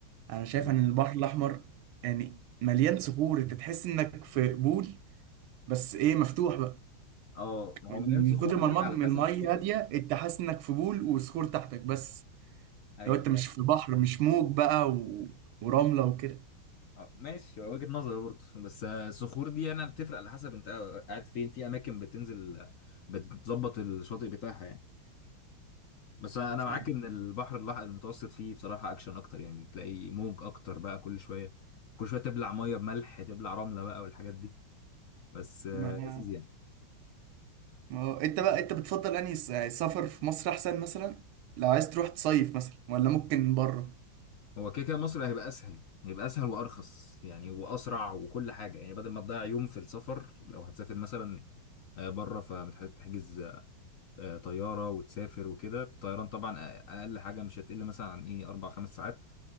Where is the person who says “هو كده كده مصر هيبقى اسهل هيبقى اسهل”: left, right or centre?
Left